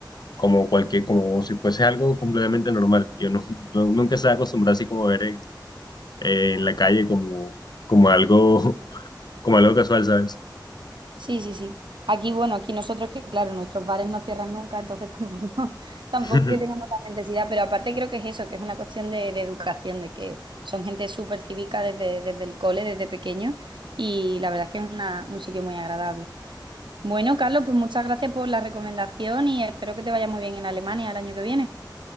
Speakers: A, on the left; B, on the right.
A: como cualquier, como si fuese algo completamente normal. Yo no, no- nunca estaba acostumbrado así como a ver en, en la calle como, como algo, <laughs> como algo casual, ¿sabes?
B: Sí, sí, sí. Aquí, bueno, aquí nosotros que, claro, nuestros bares no cierran nunca, entonces tampoco, <laughs> tampoco
A: <laughs>
B: que tengamos la necesidad, pero aparte creo que es eso, que es una cuestión de, de educación, de que son gente súper cívica desde, desde el cole, desde pequeño, y la verdad es que es una- un sitio muy agradable. Bueno, Carlos, pues muchas gracias por la recomendación y espero que te vaya muy bien en Alemania el año que viene.